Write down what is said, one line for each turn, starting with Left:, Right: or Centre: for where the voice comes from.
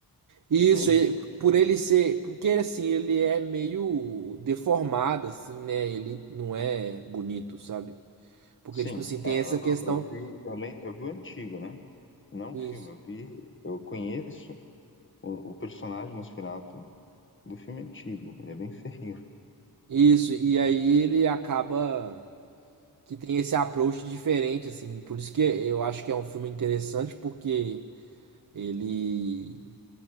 Right: E Isso,
Left: É isso?
Right: ele- por ele ser, porque assim, ele é meio deformado assim, né? Ele não é bonito, sabe? Porque
Left: Sim.
Right: tipo assim, tem
Left: É, eu,
Right: essa questão
Left: eu vi, eu, lem- eu vi o antigo, né? Não
Right: isso.
Left: o filme. Eu vi, eu conheço o, o personagem Nosferatu do filme antigo. Ele é bem feio.
Right: Isso, e aí ele acaba que tem esse approach diferente, assim. Por isso que eu acho que é um filme interessante, porque ele